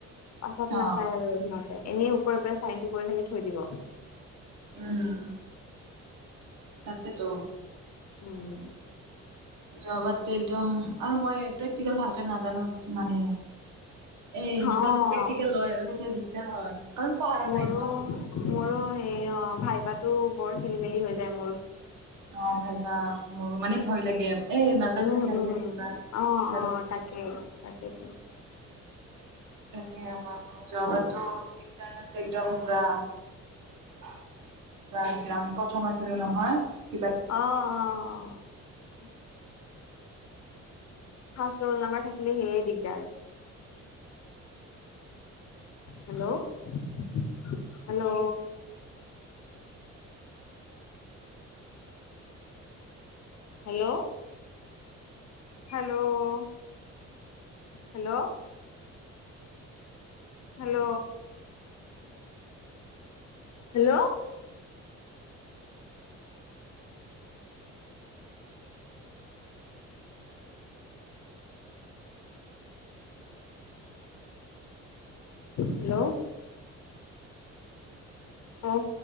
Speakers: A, on the left; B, on the right.
A: পাছত
B: অ
A: নাচাই আৰু সিহঁতে এনেই ওপৰে ওপৰে চাইনটো কৰি মেলি থৈ দিব।
B: উম। তাকে তো।
A: উম।
B: যোৱাবাতো একদম আৰু মই প্ৰেক্টিকেল ভালকে নাজানো মানে। এ, যেতিয়াান
A: অ
B: প্ৰেকটিকেল লয় আৰু তেতিয়া দিগদাৰ হয় কাৰণ পাহৰা
A: মোৰো,
B: যায় নহয় চব বস্তুৱে
A: মোৰো সেই অ ভাইবটো বৰ খেলি-মেলি হৈ যায় মোৰ।
B: অ ভাইভা মোৰো মানে ভয় লাগে। এই নাৰ্ভাচনেচ
A: উম,
B: আহি
A: উম,
B: যায় পুৰা
A: অ,
B: তাকে
A: অ 'তাকেই তাকেই।
B: তে মানহ যোৱাবাৰো এক্সাৰটো একদম পুৰা। কিবা হৈছিল আমি প্ৰথম আছিলো নহয় কিবা।
A: অ, অ, অ। ফষ্ট ৰোল নাম্বাৰ থাকিলে সেয়ে দিগদাৰ। Hello, hello. Hello. Hello hello. Hello. Hello. Hello. অঁ।